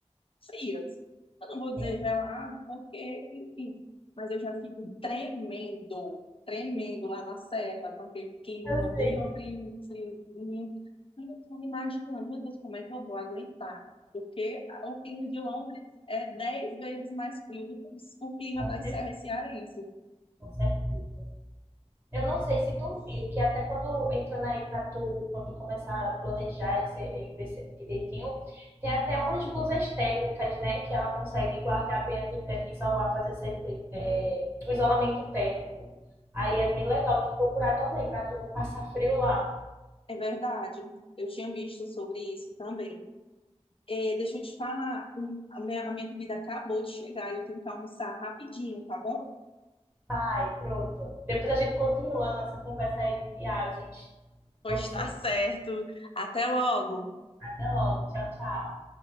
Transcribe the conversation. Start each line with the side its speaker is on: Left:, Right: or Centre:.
Left: frias. Eu não vou dizer
Right: Assim.
Left: gelado, porque, enfim, mas eu já fico tremendo, tremendo lá na serra, com aquele clima
Right: Eu sei,
Left: bem frio, friozinho. Aí Eu estou imaginando, meu Deus, como é que eu vou aguentar? Porque o clima de Londres é dez vezes mais frio do que o clima
Right: com
Left: das
Right: certeza,
Left: serras cearenses.
Right: com certeza. Eu não sei se tu viu que até quando entrando aí pra tu, quando começar a planejar e, ser, e ver se- direitinho, tem até umas blusas térmicas, né? Que ela consegue guardar bem a temperatura, isolar, fazer esse, é, o isolamento térmico. Aí é bem legal tu procurar também, pra tu não passar frio lá.
Left: É verdade. Eu tinha visto sobre isso também. Eh, deixa eu te falar, um, a minha, a minha comida acabou de chegar e eu tenho que almoçar rapidinho, tá bom?
Right: Vai, pronto. Depois a gente continua a nossa conversa aí de viagens.
Left: Pois
Right: Então,
Left: está
Right: se
Left: certo. Até logo.
Right: até logo. Tchau, tchau.